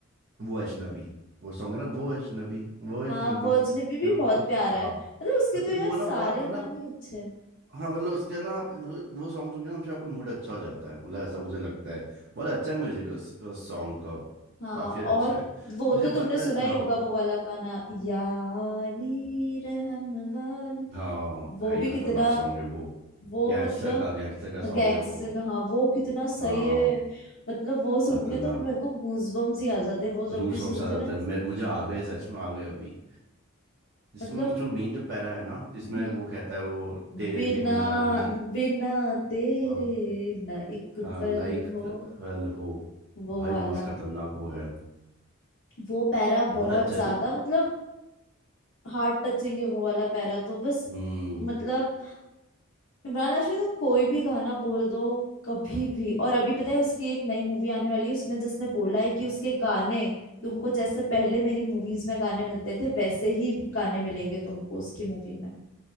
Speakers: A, on the right; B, on the left.
A: वो अजनबी वो सॉन्ग है ना वो अजनबी वो अजनबी
B: हाँ वो अजनबी भी
A: जो देख
B: बहुत प्यारा
A: हाँ
B: है मतलब
A: क्योंकि
B: उसके तो यार
A: वो
B: सारे
A: ना बहुत मतलब
B: गाने अच्छे हैं
A: हाँ मतलब उसका ना आप वो, वो सॉन्ग सुन के ना हमसे आपका मूड अच्छा हो जाता है मतलब ऐसा मुझे लगता है बहुत अच्छा म्यूजिक उस, उस सॉन्ग का
B: हाँ
A: काफी अच्छा
B: और
A: है
B: वो
A: तुझे
B: तो तुमने
A: पता
B: सुना
A: है
B: ही
A: हाँ
B: होगा वो वाला गाना याली रहम वाली
A: हाँ
B: वो
A: भाई
B: भी
A: खतरनाक
B: कितना
A: सॉन्ग है वो
B: वो
A: गैंगस्टर
B: मतलब
A: का गैंगस्टर का सॉन्ग
B: गैंगस्टर
A: है वो
B: का हाँ वो कितना सही
A: हाँ
B: है मतलब वो सुन
A: खतरनाक
B: के तो मेरे को गूज बम्स ही आ जाते हैं वो जब
A: रूल
B: भी सुनती
A: सॉन्ग साथ
B: हूँ
A: आता
B: ना
A: है मैं मुझे आ गए सच में आ गए अभी जिसमें
B: मतलब
A: उसमें मेन जो पैरा है ना जिसमें
B: हम्म,
A: वो कहता है वो तेरे
B: बिना
A: बिन ना कभी
B: बिना तेरे
A: हाँ
B: ना एक
A: हाँ
B: पल
A: ना एक
B: हो
A: पल हो
B: वो
A: भाई
B: वाला
A: मस्त खतरनाक वो है
B: वो पैरा
A: बड़ा
B: बहुत
A: अच्छा
B: ज्यादा
A: है तो
B: मतलब हार्ट टचिंग है वो वाला पैरा तो बस
A: हम्म
B: मतलब इमरान हाशमी को कोई भी गाना बोल दो कभी भी और अभी पता है उसकी एक नई मूवी आने वाली है उसमें जिसने बोला है कि उसके गाने तुमको जैसे पहले मेरी मूवीज में गाने मिलते थे वैसे ही गाने मिलेंगे तुमको उसकी मूवी में